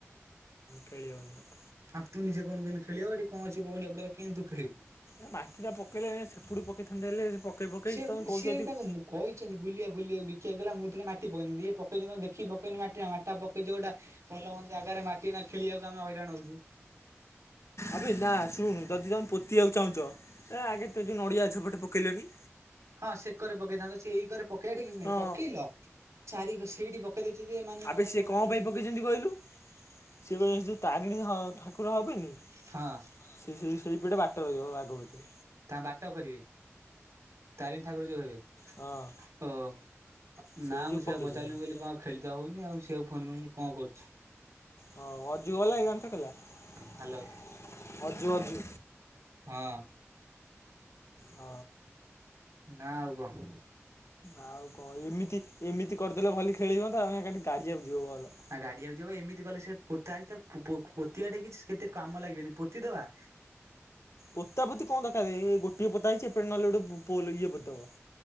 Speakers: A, on the left; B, on the right.
A: ଖେଳିହବନି ଆଉ।
B: ଆଖ୍ ତୁ ନିଜେ କହୁନୁ କେମିତି ଖେଳିହବ ଏଠି କଣ ଅଛି ଗୋବଣ୍ଡିଆ ପଡ଼ିଆ ରେ କେନ୍ତି ତୁ ଖେଳିବୁ।
A: ଏଁ ମାଟିଟା ପକେଇଲେ ସେପଟୁ ପକେଇଥାନ୍ତେ ହେଲେ ସେ ପକେଇ ପକେଇ
B: ସେ
A: ତମକୁ
B: ସିଏ
A: କହିଚନ୍ତି।
B: ବି ତାକୁ କହିଛନ୍ତି ଗୁଲିଆ ଗୁଲିଆ ବିକାରି କଲା ମୁଁ ଥିଲା ମାଟି ପକେଇଛନ୍ତିି ଇଏ ପକେଇଛନ୍ତି ଦେଖିକି ପକେଇବନି ମାଟିଟା ମାଟିଟା ପକେଇଚ ଗୋଟା ଭଲ ମନ୍ଦ ଜାଗାରେ ମାଟି ଏଇନା ଖେଳିବାକୁ ଆମେ ହଇରାଣ ହଉଚୁ।
A: ଆବେ ନା ଶୁଣୁ ଯଦି ତମେ ପୋତିବାକୁ ଚାହୁଁଚ ଏ ଆଗେ ତ ଯୋଉ ନଡିଆ ଗଛ ପଟେ ପକେଇଲନି।
B: ହଁ ସେକରେ ପକେଇଥାନ୍ତ ସେ ଏଇକରେ ପକେଇବାଠି କିଛି ନାଇଁ
A: ହଁ
B: ପକେଇଲ ଚ୍ଛାରିକି ସେଇଠି ପ କେଇଦେଇଚି ଯେ ଏମାନେ
A: ଆବେ
B: ଆଉ ମାନେ
A: ସିଏ
B: ଗୋଟା
A: କଣ
B: ଆପିସି।
A: ପାଇଁ ପକେଇଛନ୍ତି କହିଲୁ ସିଏ କହୁଚନ୍ତି ଯୋଉ ତାରିଣୀ ହ ଠାକୁର ହବେନି।
B: ହଁ
A: ସେ ସେଇ ସେଇ ପଟେ ବାଟ ରହିିବ ଆଗପଟେ।
B: ତାଙ୍କ ବାଟ କରିବେ ତାରିଣୀ ଠାକୁର ଯୋଉ ରହିବେ
A: ହଁ
B: ଓ।
A: ସେଇ
B: ନା
A: ଯୋଉ
B: ମୁଁ ସେଆକୁ
A: ପକେଇଛନ୍ତି
B: ପଚାରିଲି ମୁଁ କହିଲି କଣ ଆଉ ଖେଳିତ ହଉନି ଆଉ ସେଆକୁ ଫୋନ୍ କରିକି କଣ କରୁଛୁ।
A: ହଉ ଅଜୁ ଗଲା କି <unintelligible>
B: ହ୍ୟାଲୋ।
A: ଅଜୁ ଅଜୁ।
B: ହଁ।
A: ହ।
B: ନା ଆଉ କହ।
A: ଆଉ କଣ ଏମିତି ଏମିତି କରିଦେଲେ ଭଲି ଖେଳି ହୁଅନ୍ତା ଆମେ ଖାଲି ଗାଡିଆକୁ ଯିବ ବଲ।
B: ଆ ଗାଡିଆକୁ ଯିବ ଏମିତି କଲେ ସେ ପୋତା ହେଇଥାଉ ପୋ ପୋ ପୋତିିବାଠେ କିଛି କେତେ କାମ ଲାଗିବନି ପୋତିଦବା।
A: ପୋତା ପୋତି କଣ ଦରକାରେ ଏ ଏ ଗୋଟିଏ ପୋତା ହେଇଛି ହେପଟେ ନହଲେ ଗୋଟେ ପୋଲ୍ ଇଏ ପୋତିଦବ।